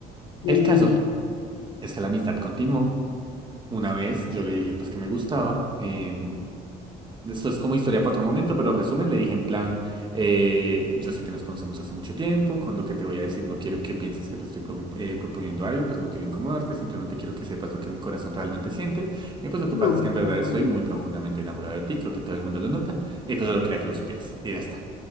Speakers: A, on the left; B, on the right.
A: Uy,
B: El caso es que la amistad continuó. Una vez yo le dije pues que me gustaba. Eh, Esto es como historia para otro momento, pero resumen, le dije en plan, eh, yo sé que nos conocemos hace mucho tiempo, con lo que te voy a decir no quiero que pienses que te estoy pro- eh, proponiendo algo, pues no quiero incomodarte, simplemente quiero que sepas lo que mi corazón realmente siente. Y pues lo que
A: no,
B: pasa es que en verdad
A: tan
B: estoy
A: bonito.
B: muy profundamente enamorado de ti, creo que todo el mundo lo nota, y pues solo quería que lo supieras, y ya está.